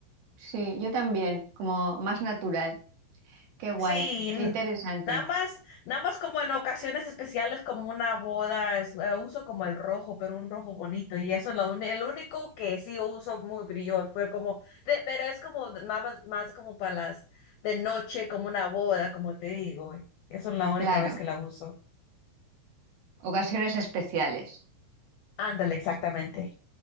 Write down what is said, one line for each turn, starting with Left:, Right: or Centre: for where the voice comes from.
Right: Sí, yo también, como más natural. Qué guay,
Left: Sí, n-
Right: qué interesante.
Left: nada más, nada más como en ocasiones especiales como una boda, es- eh, uso como el rojo, pero un rojo bonito y eso es lo, un- el único que sí uso muy brillo, pero como, de- pero es como de- nada más, más como para las de noche, como una boda, como te digo, y eso es la única
Right: Claro,
Left: vez que la uso.
Right: ocasiones especiales.
Left: Ándale, exactamente.